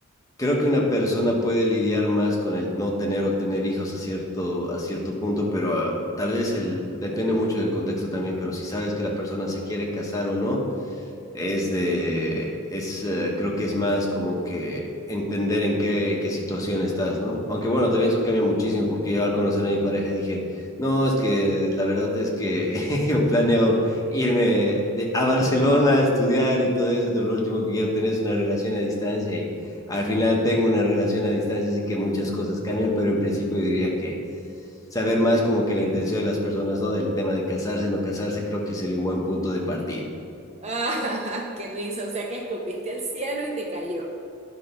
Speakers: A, on the left; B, on the right.
A: creo que una persona puede lidiar más con el no tener o tener hijos a cierto, a cierto punto, pero ah, tal vez el, depende mucho del contexto también, pero si sabes que la persona se quiere casar o no, es de, es, eh, creo que es más como que entender en qué, en qué situación estás, ¿no? Aunque bueno, también eso cambia muchísimo porque yo al conocer a mi pareja dije, no, es que la verdad es que <laughs> yo planeo irme de, a Barcelona a estudiar y todo eso, pero lo último que quiero tener es una relación a distancia y al final tengo una relación a distancia, así que muchas cosas cambian, pero en principio diría que saber más como que la intención de las personas, ¿no? Del tema de casarse, no casarse, creo que sería un buen punto de partida.
B: Ah, <laughs> qué risa, o sea que escupiste al cielo y te cayó.